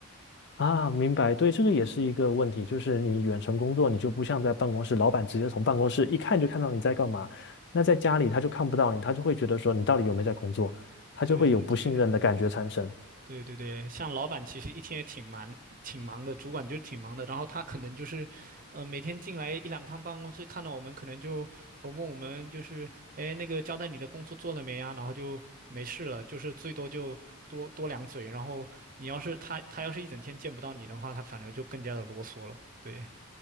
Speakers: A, on the left; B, on the right.
A: 啊。明白，对，这个也是一个问题，就是你远程工作，你就不像在办公室，老板直接从办公室一看就看到你在干嘛，那在家里他就看不到你，他就会觉得说你到底有没有在工作，他就会有不信任的感觉产生。
B: 对对对。对对对，像老板其实一天也挺忙，挺忙的，主管就是挺忙的。然后他可能就是，呃，每天进来一两趟办公室，看到我们可能就，呃，问我们就是，哎，那个交代你的工作做了没啊？然后就没事了，就是最多就多多两嘴。然后你要是他他要是一整天见不到你的话，他反而就更加的啰嗦了。对，